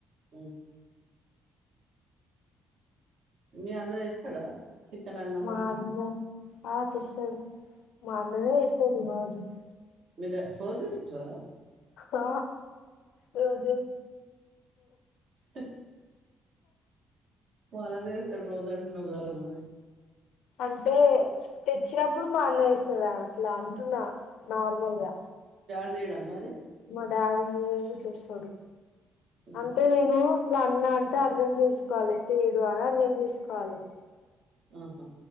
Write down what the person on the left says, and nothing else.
మా
అన్న ఆ తెస్తడు మా అన్ననే తేచ్చేటిది <unintelligible> అ
ఆ రోజే
అంటే తెచ్చ్ వచ్చినప్పుడు మానేస్తడా అట్లా అం న్నా నార్మల్గా
మా డాడీ లేట్ చేస్తాడు
అంతే నేను ఇట్లా అన్న అంటే అర్ధం చేసుకోవాలి తేడు అని అర్ధం చేసుకోవాలి